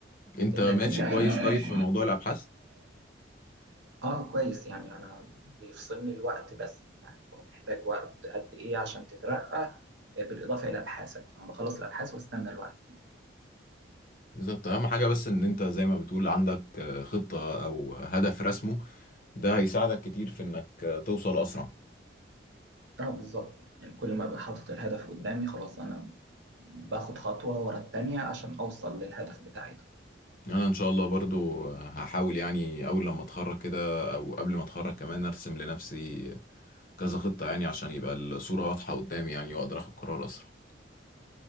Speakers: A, on the left (about 45°); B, on the right (about 70°).
A: انت
B: لكن
A: ماشي
B: لا
A: كويس
B: مفيش.
A: طيب في موضوع الابحاث
B: اه كويس يعني انا بيفصلني الوقت بس يعني هو محتاج وقت قد ايه عشان تترقى بالاضافه الى ابحاثك فانا بخلص الابحاث واستنى الوقت
A: بالظبط اهم حاجة بس ان انت زي ما بتقول عندك خطة او هدف رسمه ده هيساعدك كتير في انك توصل اسرع
B: اه بالظبط يعني كل ما ابقى حاطط الهدف قدامي خلاص انا باخد خطوه ورا التانيه عشان اوصل للهدف بتاعي ده
A: يعني انا ان شاء الله برضو هحاول يعني اول لما اتخرج كده او قبل ما اتخرج كمان ارسم لنفسي كذا خطة يعني عشان يبقى الصورة واضحة قدامي يعني واقدر اخد قرار اسرع